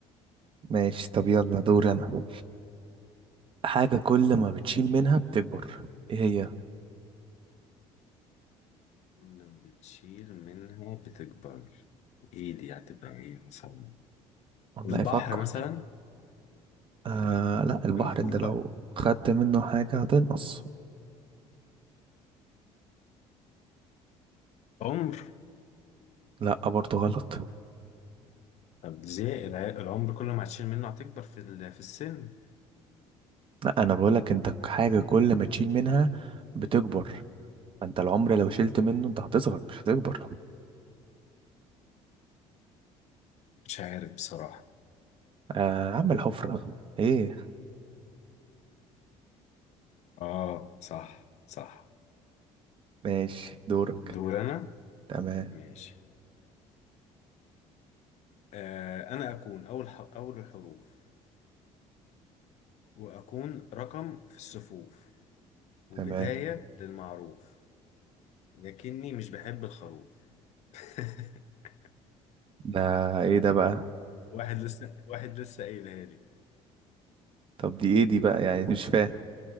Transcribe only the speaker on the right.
ماشي طب يلا دور انا حاجة
كل ما بتشيل منها بتكبر ايه هي
والله
فكر
آه لا البحر
انت
لو خدت منه حاجة هتنقص
لا برضه غلط
لا انا بقولك انت حاجة كل ما تشيل منها بتكبر انت العمر لو شلت منه انت هتصغر مش هتكبر
آه عم الحفرة ايه
ماشي دورك
تمام
تمام
ده ايه ده بقى
طب دي ايه دي بقى يعني مش فاهم